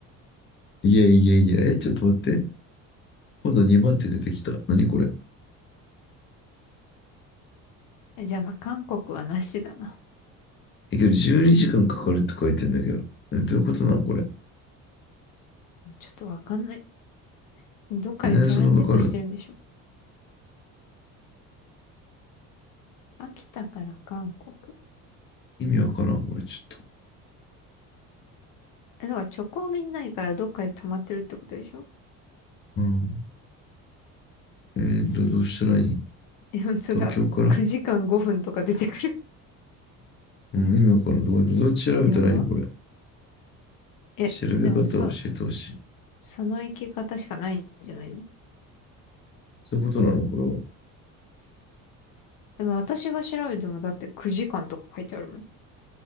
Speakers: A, on the left; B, on the left.
A: いやいやいや。え、ちょっと待って。今度2番手出てきた。何これ。
B: <laughs> えじゃあまあ韓国はなしだな。
A: え、けど12時間かんかかるって書いてんだけど。どういうことなんこれ。
B: ちょっとわかんない。どっかでトランジットしてるんでしょ
A: え、何そのかかる
B: 秋田から韓国。
A: 意味わからん、これちょっと。
B: え、だから直行便ないからどっかで泊まってるってことでしょ
A: うん。えー、ど、どうしたらいい
B: <laughs> え、本当だ。
A: 東京から
B: 9時間5分とか出てくる。
A: うん、意味わからん。どう、どう調べたらいいんこれ。
B: <laughs> やば。え、
A: 調べ方を教えてほしい。
B: でもさ、その生き方しかないんじゃないの
A: そういうことなのこれは。
B: でも私が調べてもだって9時間とか書いてあるもん。